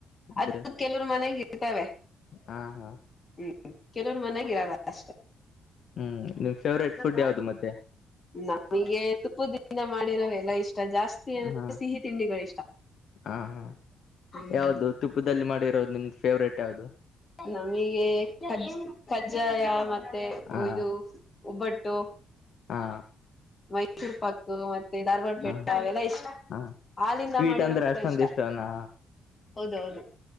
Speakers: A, on the left (about 60°); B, on the left (about 35°).
A: ಇದ್ರೆ
B: ಅದ ಕೆಲವರು ಮನೆಗ ಇರ್ತವೆ
A: ಹಾ ಹಾ
B: ಹ್ಮ್ ಕೆಲವ್ ಮನ್ಯಾಗ ಇರಲ್ಲ ಅಷ್ಟೇ
A: ಹ್ಮ್ ನಿಮ್ ಫವೇಟ್
B: ಹೌದಾ
A: ಫುಡ್ ಯಾವ್ದ ಮತ್ತೆ
B: ನಮಗೆ ತುಪ್ಪ ದಿನ ಮಾಡಿರೋ ಎಲ್ಲ ಇಷ್ಟ ಜಾಸ್ತಿ ಸಿ ಏಂದ್ರೆ
A: ಹಾ
B: ಸಿಹಿ ತಿಂಡಿಗಳ ಇಷ್ಟ
A: ಹಾ ಹಾ
B: ಹ್ಮ್
A: ಯಾವ್ದು ತುಪ್ಪದಲ್ಲಿ ಮಾಡಿರೋದು ನಿಮ್ದ್ ಫೇವ್ರೇಟ್ ಯಾವ್ದದು
B: ನಮಗೆ ಕಜ ಕಜ್ಜಾಯ ಮತ್ತೆ
A: ಹಾ
B: ಇಯದು ಒಬ್ಬಟ್ಟು
A: ಹಾ
B: ಮೈಸೂರು ಪಾಕ್ ಮತ್ತೆ ಮ ಧಾರವಾಡ ಬೆಟೆ
A: ಹಾ
B: ಅವೆಲ್ಲಾ ಇಷ್ಟ
A: ಹಾ
B: ಹಾಲಿಂದ
A: ಸ್ವೀಟ್
B: ಮಾಡಿರೋ
A: ಅಂದ್ರೆ
B: ಕೂಡ
A: ಅಷ್ಟೊಂದ
B: ಇಷ್ಟ
A: ಇಷ್ಟನಾ
B: ಹೌದೌದು